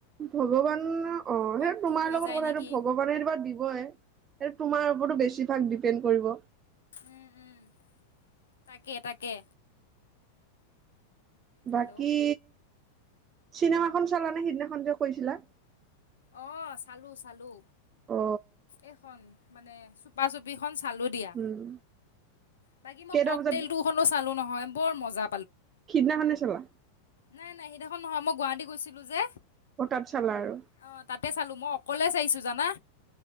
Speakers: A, on the right; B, on the left.
A: ভগৱান অ
B: পাপটো
A: সেই তোমাৰ
B: হৈ
A: লগত
B: যায়
A: কথাটো
B: নেকি
A: ভগৱানে কিবা দিবই সেইটো তোমাৰ ওপৰতো বেছিভাগ ডিপেণ্ড কৰিব
B: উম উম তাকে তাকে
A: বাকী
B: হেল্ল'
A: চিনেমাখন চালা নে সিদিনাখন যে কৈছিলা
B: অ চালো চালো
A: অ
B: এইখন মানে চুপা চুপি চালো দিয়া,
A: উম
B: বাকী মই
A: কেইটা
B: ককটেল
A: বজাত
B: টো খনো চালো নহয় বৰমজা
A: সিদিনাখনে চালা
B: নাই নাই সেইদিনাখন নহয় মই গুৱাহাটী গৈছিলো যে
A: অঁ তাত চালা আৰু
B: অ তাতে চালো মই অকলে চাইছো জানা